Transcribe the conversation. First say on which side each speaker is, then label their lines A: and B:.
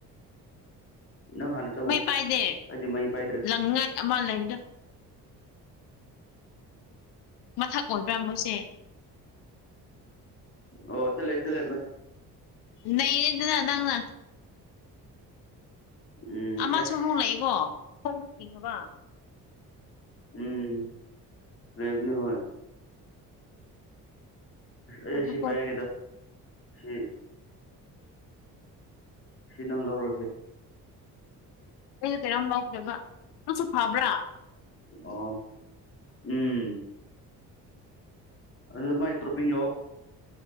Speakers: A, on the left (about 25°); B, on the left (about 55°).
A: ꯅꯪ ꯍꯥꯟꯅ ꯆꯪꯉꯣ
B: ꯃꯩ ꯄꯥꯏꯗꯦ
A: ꯑꯩꯗꯤ ꯃꯩ ꯄꯥꯏꯗ꯭ꯔꯦ
B: ꯂꯪꯉꯥꯏ ꯑꯃ ꯂꯩꯕꯗ ꯃꯊꯛ ꯑꯣꯏꯕ꯭ꯔꯥ ꯃꯣꯏꯁꯦ
A: ꯑꯣ ꯆꯂꯦ ꯆ ꯂꯩꯦ
B: ꯅꯅꯦꯗꯅ ꯅꯪꯅ
A: ꯎꯝ
B: ꯑꯃꯁꯨ
A: ꯑꯁ
B: ꯑꯃꯨꯛ ꯂꯩꯀꯣ ꯈꯣꯡꯗ ꯆꯤꯡꯉꯕ
A: ꯎꯝ ꯔꯦꯕꯅꯤ ꯍꯣꯏ ꯑꯦ
B: ꯉꯥꯏꯈꯣꯀꯣ
A: ꯁꯤ ꯄꯥꯏꯒꯦꯗ ꯁꯤ ꯁꯤ ꯂ ꯂꯔꯁꯦ
B: ꯑꯩꯁꯨ ꯀꯩꯅꯣꯝ ꯉꯥꯎꯗꯕ ꯅꯁꯨ ꯐꯕ꯭ꯔꯥ
A: ꯑꯣ ꯎꯝ ꯑꯗꯨꯗꯃ ꯇ꯭ꯔꯣꯄꯤꯤ ꯌ